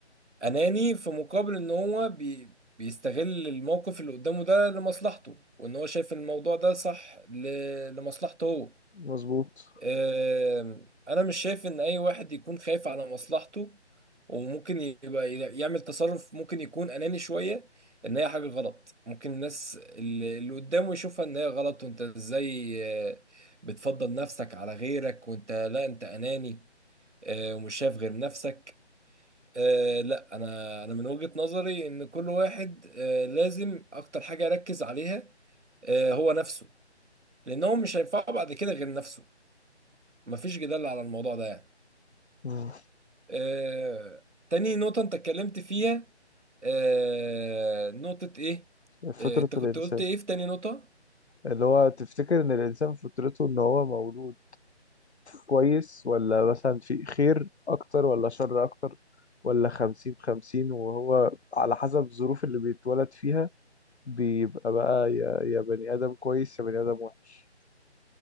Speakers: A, on the right; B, on the left.
A: اناني في مقابل ان هو بي بيستغل الموقف اللي قدامه ده لمصلحته وان هو شايف ان الموضوع ده صح ل- لمصلحته هو
B: مظبوط
A: آم، انا مش شايف ان اي واحد يكون خايف على مصلحته وممكن يبقى ي- يعمل تصرف ممكن يكون اناني شوية ان هي حاجة غلط ممكن الناس اللي اللي قدامه يشوفها ان هي غلط وانت ازاي آه، بتفضل نفسك على غيرك وانت لا انت اناني آه، ومش شايف غير نفسك أه لا انا انا من وجهة نظري ان كل واحد أه لازم اكتر حاجة يركز عليها أه هو نفسه لان هو مش هينفعه بعد كده غير نفسه مفيش جدال على الموضوع ده يعني
B: مم.
A: أه تاني نقطة انت اتكلمت فيها أه نقطة ايه
B: فطرة
A: أه انت كنت
B: الإنسان
A: قلت ايه في تاني نقطة
B: اللي هو تفتكر ان الانسان فطرته ان هو مولود كويس ولا مثلا في خير اكتر ولا شر اكتر ولا خمسين خمسين وهو على حسب الظروف اللي بيتولد فيها بيبقى بقى يا يا بني ادم كويس يا بني ادم وحش